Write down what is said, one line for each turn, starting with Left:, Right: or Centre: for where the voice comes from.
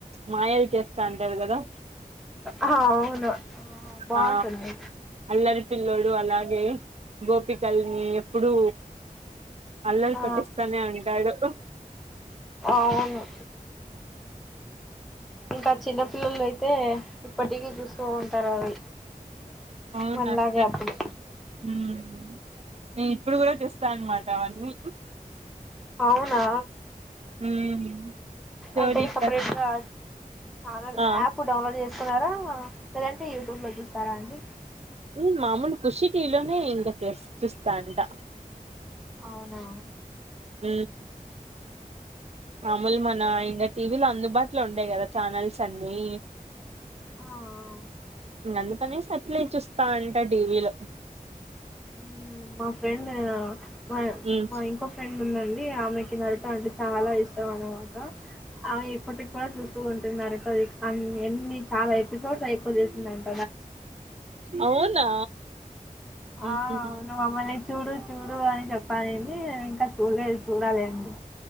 Right: మాయాలు చేస్తా అంటారు కదా
Centre: ఆ అవును బాగుంటుంది
Right: ఆ అల్లరి పిల్లోడు అలాగే గోపికల్ని ఎప్పుడూ అల్లరి
Centre: ఆ
Right: పటిస్తనే ఉంటాడు
Centre: అవును ఇంకా చిన్నపిల్లలు అయి తే ఇప్పటికీ చూస్తూ ఉంటారు అవి
Right: అవును
Centre: మనలాగే
Right: అస్సలు
Centre: అప్పుడు
Right: మ్ నేను ఇప్పుడు కూడా చేస్తా అన్నమాట అవన్నీ
Centre: అవునా
Right: ఉమ్ స్టోరీ
Centre: అంటే
Right: ఇంకా
Centre: సపరేట్ గా ఛానెల్
Right: ఆ
Centre: యాప్ డౌన్లోడ్ చే సుకున్నారా లేదంటే యూట్యూబ్ లో చూస్తారా అండి
Right: లేద్ మామూలు కుషిటీలోనే ఇంగ చెస్ చూస్తా ఉంటా
Centre: అవునా
Right: మ్ మామూలు మన ఇంకా టీవీలో అందుబాటులో ఉంటాయి కదా ఛానల్స్ అన్ని
Centre: ఆ
Right: ఇంగ అందుకనేసి అట్లే చూస్తా ఉంటా టీవీలో
Centre: మ్ మా ఫ్రెండ్ మా
Right: ఉమ్
Centre: మా ఇంకో ఫ్రెండ్ ఉందం డి అ ఆమెకి నారుత అంటే చాలా ఇష్టం అనమాట అవి ఇప్పటికి కూడా చూస్తూ ఉంటున్నారు అది అ అన్ని చాలా ఎపిసోడ్స్ అయిపోచేసిందండి
Right: అవునా
Centre: ఆ
Right: ఉమ్
Centre: అవును మమ్మల్ని చూడు చూడు అని చెప్పనంది ఇంకా చూడ్లేదు చూడాలి అండి